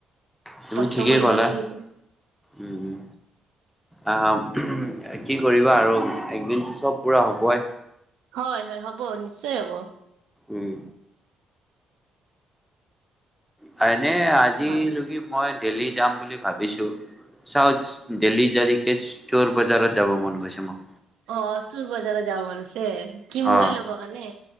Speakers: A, in the centre; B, on the right.
A: তুমি
B: কষ্ট
A: ঠিকেই
B: কৰিব
A: ক'লা
B: লাগিব।
A: উম উম আহ কি কৰিবা আৰু একদিনতো চব পুৰা হ'বই।
B: হয়-হয় হ'ব নিশ্চয় হ'ব।
A: উম হয়। নে আজিলকি
B: হয়
A: মই দেল্লী যাম বুলি ভাবিছো চাও দেল্লী জাৰিকে চোৰ বজাৰত যাব মন গৈছে মোক।
B: অ চুৰ বজাৰ যাব মন আছে। এ কি মোবাইল
A: অ
B: ল'ব কাৰণে,